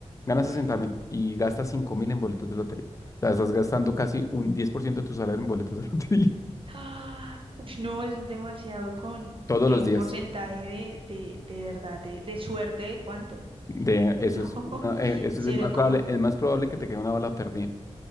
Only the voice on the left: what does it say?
Ganas
sesenta mil y gastas cinco mil en boletos de lotería. O sea, estás gastando casi un 10% de tu salario en boletos de lotería.
<laughs> Todos
los
días.
De, eso
es
una- eh, eso
es más
probable, es más probable que te quede una bala perdida.